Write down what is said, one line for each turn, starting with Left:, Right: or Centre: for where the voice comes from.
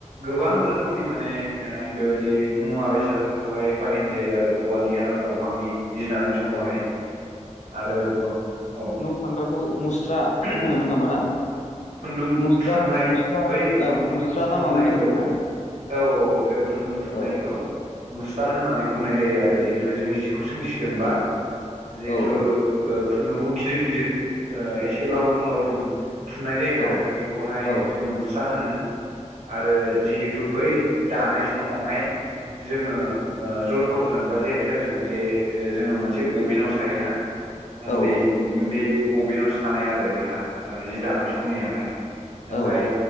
Right: गोबां रोखोमनि माने ओ बेबायदि मुवा बेसादफोरखौहाय बाहायनाय जायो आरो औवानि आरो दंफांनि जि दानाय समावहाय
Left: औ
Right: आरोबाव औ
Left: सानद्राखौ मुस्रा
Right: <unintelligible>
Left: होनोमोन नामा ना?
Right: खुन्दुं
Left: मुस्रा
Right: थुननाय
Left: मुस्रा
Right: बै
Left: औ
Right: खुन्दुं
Left: मुस्रा
Right: थुननायखौ
Left: ना माबा मोनसे होनोमोन ना?
Right: औ औ औ बे खुन्दुं थुननायखौ।
Left: औ
Right: मुस्रा होननानै बुंनाय जायो आरो जिहेथु जों जिखौ सोंसिगोनबा जिहेथु
Left: औ औ
Right: खुन्दुंखौ गिदिर गिदिर ओ एसे लावदुम लावदुम थुननाय जायोना।
Left: औ
Right: बेखौहाय
Left: औ
Right: जोङो
Left: औ
Right: मुस्रा होनो। आरो जिहेथु बै दानाय समावहाय जोङो ओ जथरजों बा जेेनथेरजों जे ओ जोङो मोनसे बबिनाव सायोना
Left: औ
Right: बे बे बबिेनाव सानाय आरो बेहा ओ जि दानाय समनियाहाय। ओमफफ्राय
Left: औ